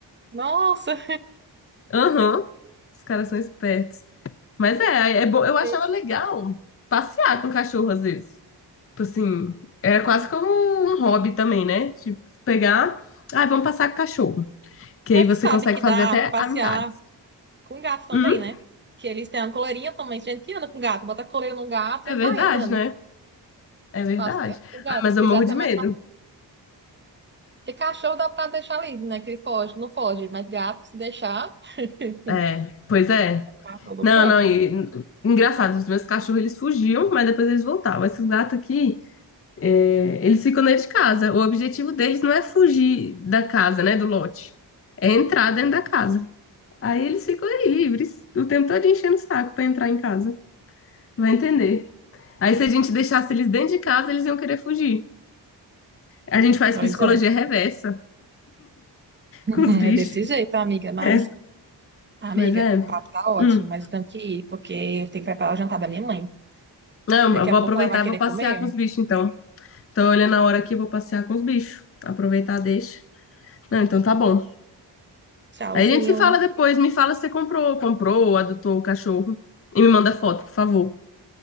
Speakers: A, on the right; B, on the left.
A: nossa.
B: Aham. Os caras são espertos. Mas é, é bom. Eu achava
A: <laughs>
B: legal passear com o cachorro às vezes. Tipo assim, era quase como um hobby também, né? Tipo, pegar. Ah, vamos passar com o cachorro. Que
A: Mas
B: aí você
A: tu sabe
B: consegue
A: que
B: fazer
A: dá
B: até
A: pra passear
B: amizades.
A: com gato também,
B: Hum,
A: né? Que eles têm uma coleirinha também. Gente que anda com gato, bota a coleira no gato
B: é
A: e
B: verdade,
A: vai andando.
B: né? É verdade.
A: Passeia com gato,
B: Ah, mas
A: porque
B: eu morro
A: gato
B: de
A: é mais
B: medo.
A: fácil. Porque cachorro dá pra deixar livre, né? Que ele foge, não foge. Mas gato, se deixar, <laughs>
B: É, pois é.
A: tá todo
B: Não,
A: canto.
B: não, e engraçado, os meus cachorros eles fugiam, mas depois eles voltavam. Esses gatos aqui, é, eles ficam dentro de casa. O objetivo deles não é fugir da casa, né, do lote, é entrar dentro da casa. Aí eles ficam aí livres, o tempo todo enchendo o saco pra entrar em casa. Vai entender. Aí se a gente deixasse eles dentro de casa, eles iam querer fugir. A gente faz
A: Pois
B: psicologia
A: é. <laughs>
B: reversa
A: Uhum,
B: com os bichos.
A: É desse jeito, amiga. Mas,
B: É,
A: amiga,
B: mas é.
A: o papo tá ótimo,
B: hum.
A: mas eu tenho que ir, porque eu tenho que preparar o jantar da minha mãe.
B: Não,
A: Daqui
B: eu
A: a
B: vou
A: pouco
B: aproveitar
A: ela vai querer
B: e vou passear
A: comer.
B: com os bichos então. Tô olhando a hora que eu vou passear com os bichos. Aproveitar, deixa. Não, então tá bom.
A: Tchauzinho.
B: Aí a gente se fala depois. Me fala se você comprou, comprou, ou adotou o cachorro. E me manda foto, por favor.